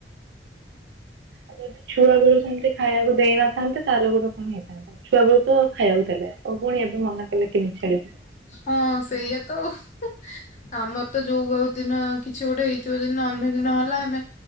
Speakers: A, on the right (about 70°); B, on the left (about 40°).
A: ଆଉ ଯଦି ଛୁଆ ବେଳୁ ସେମିତି ଖାଇବାକୁ ଦେଇନ ଥାନ୍ତେ ତାହେଲେ ଗୋଟ କଣ ହେଇଥାନ୍ତା ଛୁଆ ବେଳୁ ତ ଖାଇବାକୁ ଦେଲେ ଆଉ ପୁଣି ଏବେ ମନା କଲେ କେମିତି ଛାଡ଼ିବୁ।
B: ହଁ ସେଇଆ ତ ଆଉ ଉ-ହୁଁ। ଆମର ତ ଯଉ ଦିନ କିଛି ଗୋଟେ ହେଇଥିବ ଯଦି ନନଭେଜ୍ ନ ହେଲା ଆମେ